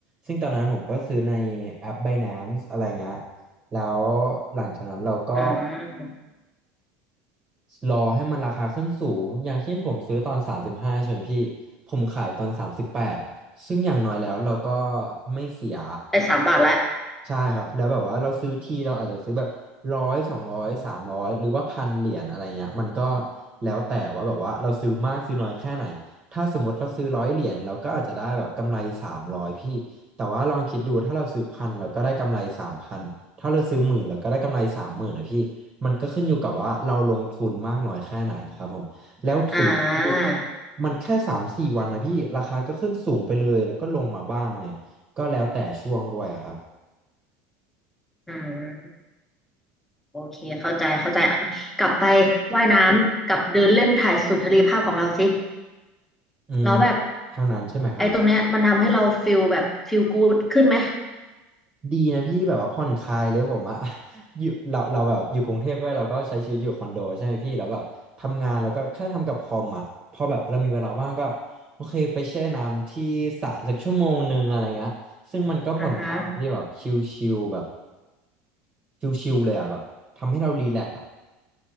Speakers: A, on the right (about 25°); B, in the centre.
A: ซึ่งตอนนั้นผมก็ซื้อในแอป Binance อะไรเงี้ยแล้วหลังจากนั้นเราก็
B: อืม
A: รอให้มันราคาขึ้นสูงอย่างเช่นผมซื้อตอนสามสิบห้าใช่ไหมพี่ผมขายตอนสามสิบแปดซึ่งอย่างน้อยแล้วเราก็ไม่เสีย
B: ได้สามบาทและ
A: ใช่ครับแล้วแบบว่าเราซื้อทีเราอาจจะซื้อแบบร้อยสองร้อยสามร้อยหรือว่าพันเหรียญอะไรเงี้ยมันก็แล้วแต่ว่าแบบว่าเราซื้อมากซื้อน้อยแค่ไหนถ้าสมมติเราซื้อร้อยเหรียญเราก็อาจจะได้แบบกำไรสามร้อยพี่แต่ว่าลองคิดดูถ้าเราซื้อพันเราก็ได้กำไรสามพันถ้าเราซื้อหมื่นเราก็ได้กำไรสามหมื่นนะพี่ มันก็ขึ้นอยู่กับว่าเราลงทุนมากน้อยแค่ไหนครับผมแล้วถือที่
B: อ่า
A: มันแค่สามสี่วันนะพี่ราคาก็ขึ้นสูงไปเลยแล้วก็ลงมาบ้างเลยก็แล้วแต่ช่วงด้วยอะครับ
B: อืมโอเคเข้าใจเข้าใจอ่ะกลับไปว่ายน้ำกับเดินเล่นถ่ายสุนทรีภาพของเราสิ
A: อืม
B: แล้วแบบ
A: ทางนั้นใช่ไหมครับ
B: ไอ้ตรงเนี้ยมันทำให้เราฟิลแบบฟิลกู๊ดขึ้นไหม
A: ดีนะพี่แบบว่าผ่อนคลายเลยผมอะ <laughs> อยู่เราเราแบบอยู่กรุงเทพด้วยเราก็ใช้ชีวิตอยู่คอนโดใช่ไหมพี่แล้วแบบทำงานแล้วก็แค่ทำกับคอมอะพอแบบเรามีเวลาว่างก็โอเคไปแช่น้ำที่สระสักชั่วโมงหนึ่งอะไรเงี้ยซึ่งมันก็ผ่อนคลายที่แบบชิลๆแบบ
B: อือฮึ
A: ชิลๆเลยอะแบบทำให้เรารีแลกซ์อะ